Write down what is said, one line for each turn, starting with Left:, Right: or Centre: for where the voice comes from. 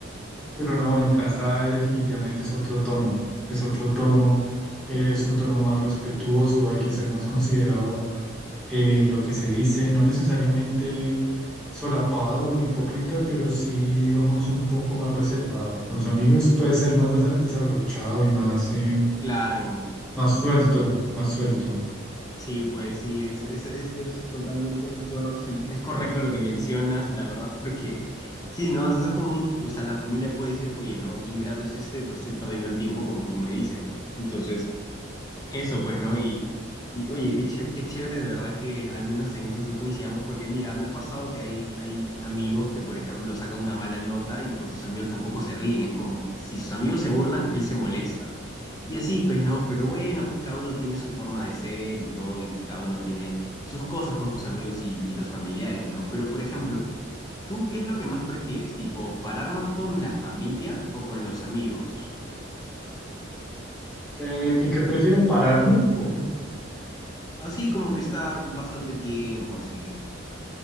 Centre: pero no, en casa definitivamente es otro tono, es otro tono, eh, es un tono más respetuoso, hay que ser más considerado eh, en lo que se dice, no necesariamente solapado o hipócrita, pero sí, digamos, un poco más reservado. Con los amigos puede ser más desa- desabrochado y más, eh,
Left: Claro,
Centre: más suelto, más suelto.
Left: sí, pues sí, es, es, es, es totalmente de acuerdo, sí, es correcto lo que mencionas, la verdad, porque sí, ¿no? Es como un, o sea, la familia puede decir, oye, no, qué ingrato es este, o sea, estoy perdiendo el tiempo como tú me dices, ¿no? Entonces, Eso, pues, ¿no? Y, y oye, qué, ché- qué chévere, de verdad que al menos en eso sí coincidamos, porque mira, me ha pasado que hay, hay amigos que, por ejemplo, sacan una mala nota y con sus amigos tampoco se ríen, es como que si sus amigos se burlan, él se molesta. Y así, pues, ¿no? Pero bueno, pues cada uno tiene su forma de ser y todo, y cada uno tiene sus cosas con sus amigos y, y los familiares, ¿no? Pero, por ejemplo, ¿tú qué es lo que más prefieres? ¿Tipo, parar más con la familia o con los amigos?
Centre: Eh, que, que prefiero pararlos o,
Left: Así como que estar bastante tiempo, así. O sea,